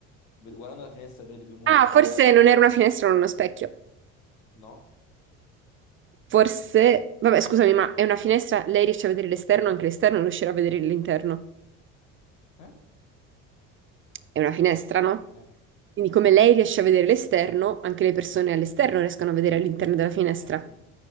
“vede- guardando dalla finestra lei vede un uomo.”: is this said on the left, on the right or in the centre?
Left